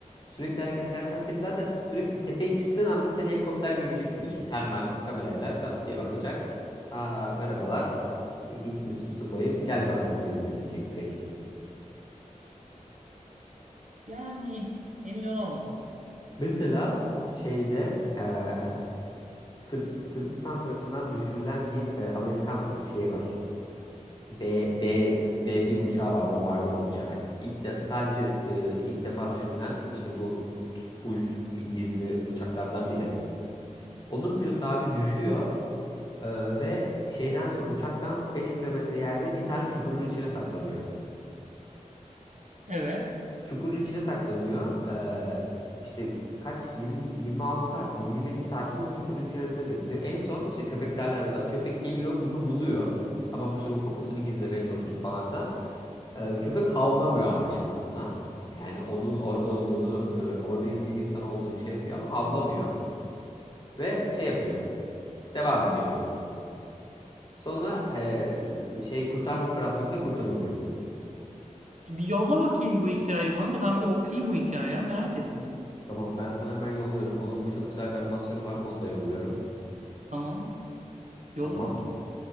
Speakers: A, on the left; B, on the right.
A: Sürekli hareket edersen seni zaten sürekli tepeye çıktığın anda seni helikopter görecek gibi düşün. Termal kamerayla çat diye bakacak. Aa, merhabalar Hintli su- subayım gel bakalım cebime diyecek direkt.
B: Yani emin olamadım.
A: Mesela şeyde eee, Sırp- Sırbistan tarafından düşürülen bir e, Amerikan şeyi var. B B b bir uçağı var, bombardıman uçağı. İlk de, sadece e, ilk defa düşürülen işte bu full gizli uçaklardan biri. Onun pilotu abi düşüyor e, ve şeyden sonra uçaktan 5 kilometre yerde bir tane çukurun içine saklanıyor.
B: Evet.
A: Çukurun içine saklanıyor. Ee, işte kaç 20 26 saat mi 27 saat mi o çukurun içerisinde bekliyor. En son işte köpeklerle arıyorlar. Köpek geliyor bunu buluyor. Ama bu işte bu kokusunu gizlemeye çalışmış falan filan. Ee, köpek havlamıyor abi şansına. Yani onun orada olduğunu, e, orada in- bir insan olduğunu şey yapıyor ama havlamıyor ve şey yapıyor. Devam ediyor yoluna. Sonra e, şey kurtarma operasyonunda kurtarılıyor.
B: Bir yolla bakayım bu hikayeyi bana da ben bir okuyayım bu hikayeyi. ya. Merak ettim.
A: Tamam ben sana hemen yolluyorum. Onun böyle çok güzel bir animasyonu var. Onu da yolluyorum.
B: Tamam. Yolla
A: Tamam.
B: bakayım.